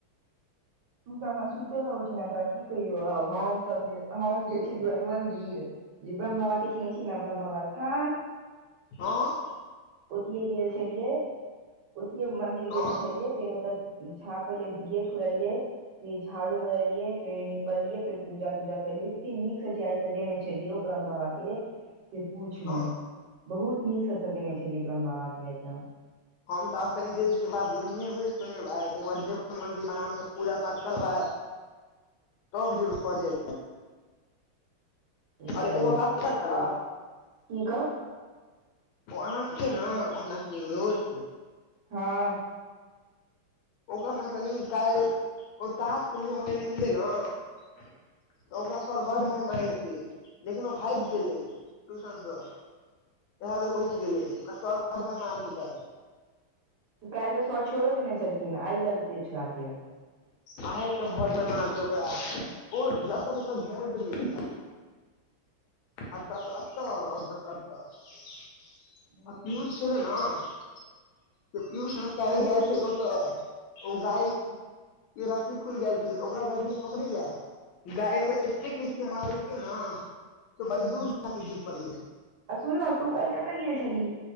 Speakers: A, on the right (about 60°); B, on the left (about 75°).
A: तू तऽ एखन सुति कऽ उठलह तोरा की कहियौ आब हमसभ जे हम जे तू जो आय मन्दिर जे ब्रह्म बाबा किछु नहि छी ने ब्रह्म बाबा स्थान
B: हँ
A: ओतही गेल छलियै ओतही हम मन्दिर गेल
B: हँ
A: छलियै फेर ओतय झा पहिले गेट खुललियै फेर झाड़ू मरलिये फेर निपलियै फेर पूजा तूजा करलियै एते नीक सजा सजेने छलियै ओ ब्रह्म बाबा के के से पूछना
B: हँ
A: बहुत नीकसँ सजेने छलियै ब्रह्म बाबा के आइत
B: हम तऽ आब कनि देर के बाद नहिबै सुनेबै तकर बाद जेब मंन्दिर मे आरामसँ पूजा पाठ करबै तब जेबय पढ़े
A: ओ
B: अरे एगो बात पता छौ
A: की कह
B: पढ़य छीये ना अपना सब के एगो दोस्त
A: हँ
B: ओकर ने कनि काल्हि ओ टास्क नहि बनेने छलै न तऽ ओकरा सर बड मार मारिते लेकिन ओ भागि गेलै ट्यूशनसँ इएह लेल बचि गेलै ओकरा सर बड माइर मारते कायल
A: त काल्हि तऽ स छोइड़े देने छलखिन आइ लगते छोड़ा के
B: आइ त बड माइर मारते ओकरा ओ जतय तत घुमैत रहय छै खाली
A: <inaudible>
B: अत‌अ से अत <unintelligible> ओर अच्छा आ
A: हूँ
B: पिययूष छले ने त पियूष ने क
A: कही
B: गेल छल्य ओ तऽ ओ गाय के रस्सी खुलि गेल छलै तऽ ओकरा गेल छलै पकड़ै ले गाय ओकर एते मारलै ने बड़ी दूर पलै
A: अ सुन तू काल कतय गेल छली